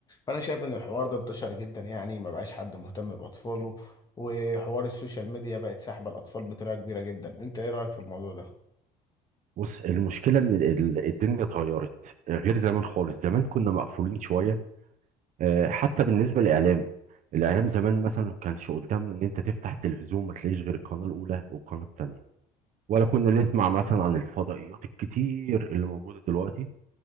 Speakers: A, on the left; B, on the right.
A: فانا شايف ان الحوار ده انتشر جدا يعني ما بقاش حد مهتم باطفاله وحوار السوشيال ميديا بقت ساحبة الاطفال بطريقة كبيرة جدا انت ايه رأيك في الموضوع ده
B: بص المشكلة إن ال- الدنيا اتغيرت غير زمان خالص زمان كنا مقفولين شوية آه، حتى بالنسبة للإعلام الإعلام زمان مثلا ما كانش قدامنا إن أنت تفتح التلفزيون ما تلاقيش غير القناة الأولى والقناة التانية ولا كنا نسمع مثلا عن الفضائيات الكتير اللي موجودة دلوقتي